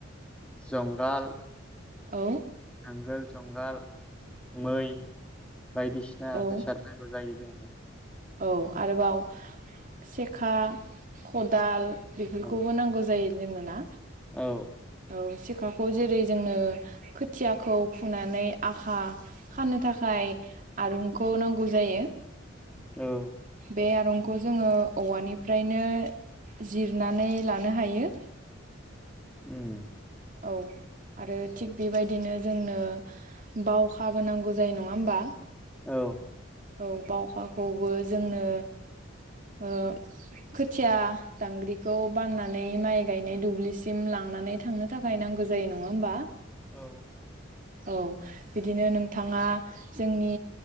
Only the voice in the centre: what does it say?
जंगाल
नांगोल जंगाल मै बायदिसिना
बेसाद नांगौ जायो जोंनो
औ
औ
औ
उम
औ
औ